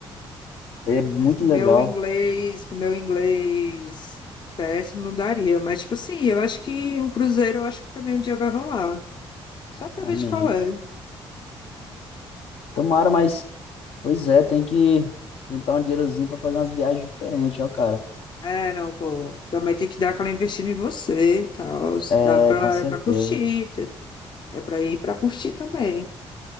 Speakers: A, on the left; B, on the left.
A: E é muito
B: Mas com o
A: legal.
B: meu inglês, com o meu inglês péssimo, não daria. Mas, tipo assim, eu acho que um cruzeiro, eu acho que também um dia vai rolar. Só pra
A: É
B: ver
A: Amém.
B: de qual é.
A: Tomara, mas. Pois é, tem que juntar um dinheirozinho pra fazer umas viagens diferentes, ó, cara.
B: É, não, pô. Também tem que dar aquela investida em você e tal.
A: É,
B: Dá pra,
A: com certeza.
B: é pra curtir. É pra ir pra curtir também.